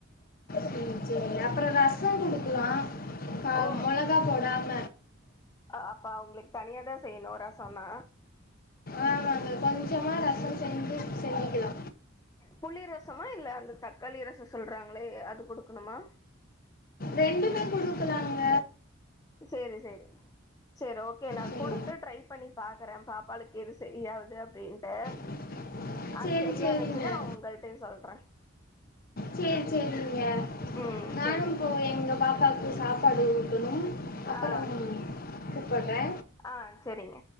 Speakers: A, on the left (about 45°); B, on the left (about 15°).
A: சரி சரி அப்பற ரச குடுக்கலா ஆ
B: ஓ
A: மொளகா போடாம
B: அப்ப அவங்களுக்கு தனியாதா செய்யணு ரசோன்னா
A: ஆமாங்க கொஞ்சமா ரச செஞ்சு செஞ்சிக்கலா
B: புளி ரசமா இல்ல அந்த தக்காளி ரச சொல்றாங்களே அது குடுக்கணுமா
A: ரெண்டுமே குடுக்கலாங்க
B: சேரி சேரி சேரி ஓகே நா
A: சரி
B: குடுத்து ட்ரை பண்ணி பாக்கறே பாப்பாளுக்கு எது சரியாவுது அப்படின்ட்டு
A: <inaudible>
B: அது சரியானுச்சுன்னா
A: சரிங்க
B: உங்கள்டையு சொல்றே
A: சேரி சேரிங்க
B: ம்
A: நானு
B: சேரி
A: போய் எங்க பாப்பாக்கு சாப் பாடு ஊட்டணு அப்பற
B: ஆ
A: கூப்பறே
B: ஆ சேரிங்க